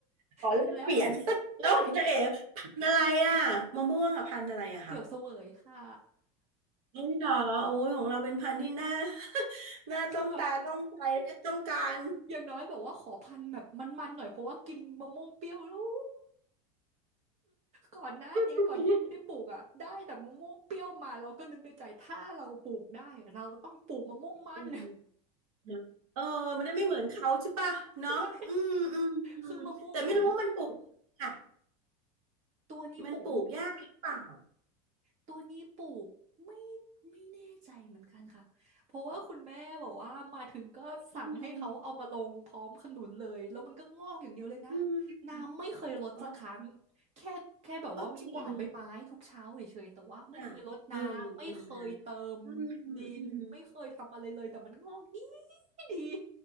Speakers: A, on the right; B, on the right.
A: ขอแลกเปลี่ยน
B: เสร็จแล้วเรา
A: <laughs> แล้วของเจ๊เอ๋พันธุ์อะไรอ่ะมะม่วงอ่ะพันธุ์อะไรอะคะ
B: ได้เขียวเสวยค่ะ
A: เอ้หรอโอ้ยของเราเป็นพันธุ์ที่น่า <laughs> น่าต้องตาต้องใจและต้องการ
B: คือแบบอย่างน้อยแบบว่าขอพันธุ์แบบมันๆหน่อยเพราะว่ากินมะม่วงเปรี้ยวแล้วก่อนหน้าเนี้ยก่อนที่ไม่ได้ปลูกอ่ะได้แต่มะม่วงเปรี้ยวมาเราก็นึกในใจถ้าเราปลูกได้อะเราต้องปลูกมะม่วงมัน
A: <laughs> ชีวิตอืมนะเออมันได้ไม่เหมือนเขาใช่ป่ะเนาะอืมอืมอืมแต่ไม่รู้ว่ามันปลูกค่ะ
B: <laughs> ใช่คือมะม่วงเหมือนตัวนี้ปลูกมัน
A: มันปลูกยากหรือเปล่า
B: ตัวนี้ปลูกไม่ไม่แน่ใจเหมือนกันค่ะเพราะว่าคุณแม่บอกว่ามาถึงก็สั่งให้เขาเอามาลงพร้อมขนุนเลยแล้วมันก็งอกอย่างเดียวเลยนะ
A: อืมอืม
B: น้ำไม่เคยลดสักครั้ง
A: อ๋อ
B: แค่แค่แบบว่ามีกวาดใบไม้ทุกเช้าเฉยๆแต่ว่าไม่เคยลดน้ำไม่เคยเติม
A: อ๋อจริงค่ะเออประมาณนั้นอืม
B: ดินไม่เคยทำอะไรเลยแต่มันงอกดี
A: อืม
B: ดี